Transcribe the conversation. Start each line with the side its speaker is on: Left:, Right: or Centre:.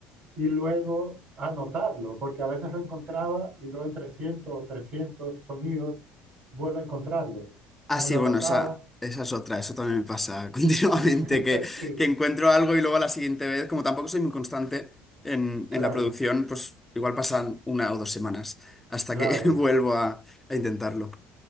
Right: y luego anotarlo, porque a veces lo encontraba y luego en 300 o 300 sonidos vuelvo a encontrarlo. Entonces
Centre: Ah, sí,
Right: lo
Centre: bueno,
Right: anotaba.
Centre: esa, esa es otra, eso también me pasa <laughs> continuamente,
Right: <laughs>
Centre: que,
Right: Sí,
Centre: que encuentro algo y luego a la siguiente vez, como tampoco soy muy constante en,
Right: claro,
Centre: en la producción, pues igual pasan una o dos semanas hasta
Right: claro.
Centre: que <laughs> vuelvo a, a intentarlo.